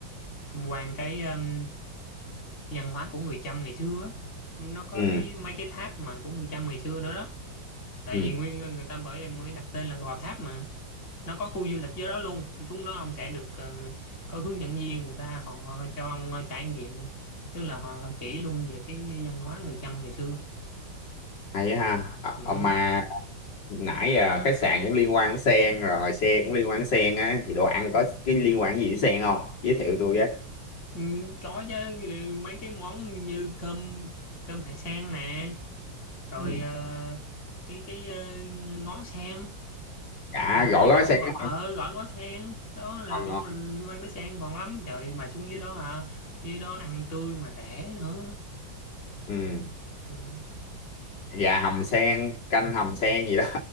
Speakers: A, on the left (about 40°); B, on the left (about 65°).
A: tham quan cái um, văn hóa của người Chăm ngày xưa á. nó có
B: ừ
A: cái mấy cái tháp mà của người Chăm ngày xưa đó đó tại
B: ừ
A: vì nguyên người người ta bởi mới đặt tên là Gò Tháp mà nó có khu du lịch dưới đó luôn xuống đó ông sẽ được ờ, có hướng dẫn viên người ta họ cho ông ờ, trải nghiệm tức là họ, họ chỉ luôn về cái văn hóa người Chăm ngày xưa
B: hay á ha Ờ,
A: ừ.
B: ờ, mà nãy giờ khách sạn cũng liên quan đến sen rồi xe cũng liên quan đến sen á thì đồ ăn có cái liên quan gì đến sen không giới thiệu tôi với
A: Ừ, có chứ ừ, mấy cái món như cơm cơm hạt sen nè rồi
B: ừ.
A: ờ, cái cái ờ, ngó sen
B: cả
A: ờ, mấy
B: gỏi gói
A: cái món
B: sen
A: gọi ờ
B: không
A: gọi ngó sen đó là
B: còn
A: cũng
B: ngon
A: liên quan tới sen ngon lắm trời mà xuống dưới đó hả dưới đó ăn tươi mà rẻ nữa
B: ừ.
A: ừ.
B: gà hầm sen canh hầm sen gì đó